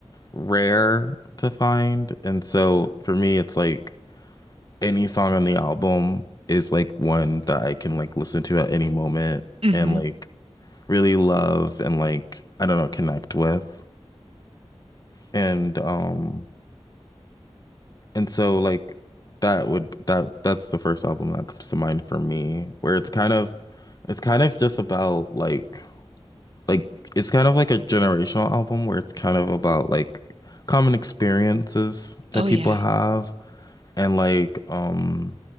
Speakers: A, on the left; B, on the right.
A: rare to find and so for me it's like any song on the album is like one that I can like listen to at any moment
B: Mm-hmm.
A: and like really love and like I don't know connect with and um and so like that would that that's the first album that comes to mind for me where it's kind of it's kind of just about like like it's kind of like a generational album where it's kind of about like common experiences that
B: Oh
A: people
B: yeah.
A: have and like um